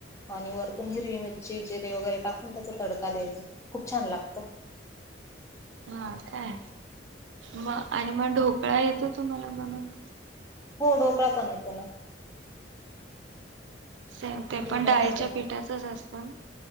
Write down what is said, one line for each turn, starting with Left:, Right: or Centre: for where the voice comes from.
Left: आणि वरतून हिरवी मिरची जिरे वगैरे टाकून त्याच तडका द्यायचं खूप छान लागत.
Right: हा काय मग आणि मग ढोकळा येतो तुम्हाला बनवता.
Left: हो ढोकळा पण येतो ना.
Right: सेम ते
Left: ढोकळा
Right: पण डाळीच्या
Left: बनव
Right: पिठाचे असते ना.